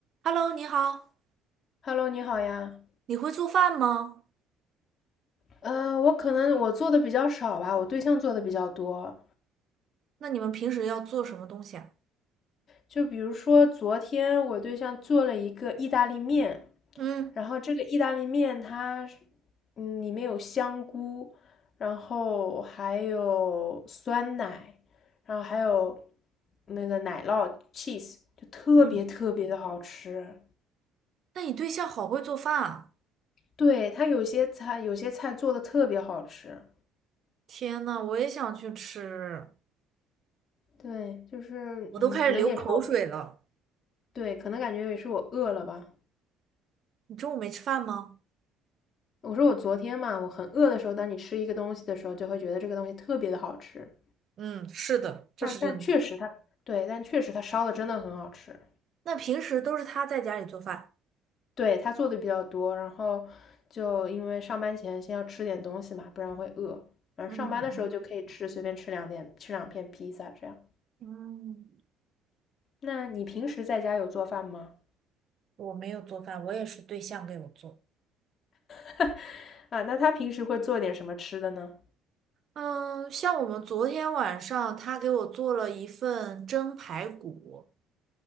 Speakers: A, on the right; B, on the left.
A: Hello，你好，
B: Hello，你好呀。
A: 你会做饭吗？
B: 呃，我可能我做的比较少吧，我对象做的比较多。
A: 那你们平时要做什么东西啊？
B: 就比如说昨天我对象做了一个意大利面，
A: 嗯
B: 然后这个意大利面它是嗯，里面有香菇，然后还有酸奶，然后还有那个奶酪 cheese，就特别特别的好吃。
A: 嗯，那你对象好会做饭啊！
B: 对，它有些菜有些菜做的特别好吃。
A: 天呐，我也想去吃，
B: 对，就是嗯，
A: 我都开始流口水了。
B: 可能也是我。对，可能感觉也是我饿了吧。
A: 你中午没吃饭吗？
B: 我说我昨天嘛，我很饿的时候，当你吃一个东西的时候，就会觉得这个东西特别的好吃。
A: 嗯，是的，这是真的。
B: 但但确实它，对，但确实它烧的真的很好吃。
A: 那平时都是他在家里做饭。
B: 对，它做的比较多，然后就因为上班前先要吃点东西嘛，不然会饿。然后上班的时候就可以吃，
A: 嗯
B: 随便吃两点，吃两片披萨这样。
A: 嗯，
B: 那你平时在家有做饭吗？
A: 我没有做饭，我也是对象给我做。
B: <laughs> 啊，那他平时会做点什么吃的呢？
A: 嗯，像我们昨天晚上，他给我做了一份蒸排骨，